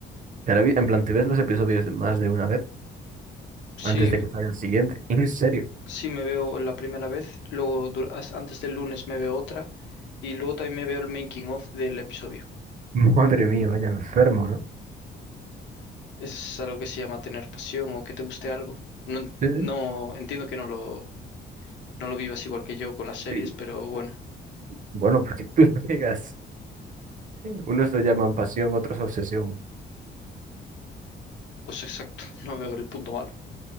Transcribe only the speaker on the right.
Te la vi- en plan, te ves los episodios más de una vez
antes de que salga el siguiente. <laughs> En serio.
Madre mía, vaya enfermo, ¿no?
Sí,
sí.
sí.
Bueno, porque tú <laughs> no digas. Unos lo llaman pasión, otros obsesión.